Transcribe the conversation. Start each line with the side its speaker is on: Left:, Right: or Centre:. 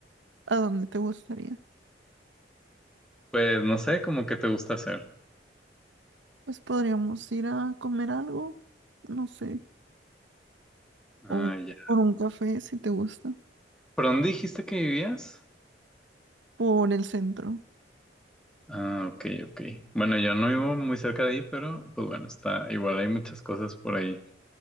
Right: ¿A dónde te gustaría?
Centre: Pues no sé, como que te gusta hacer.
Right: Pues podríamos ir a comer algo, no sé,
Centre: Ah,
Right: o
Centre: ya.
Right: por un café si te gusta,
Centre: ¿Por dónde dijiste que vivías?
Right: por el centro.
Centre: Ah, ok, ok. Bueno, yo no vivo muy cerca de ahí, pero pues bueno, está igual hay muchas cosas por ahí.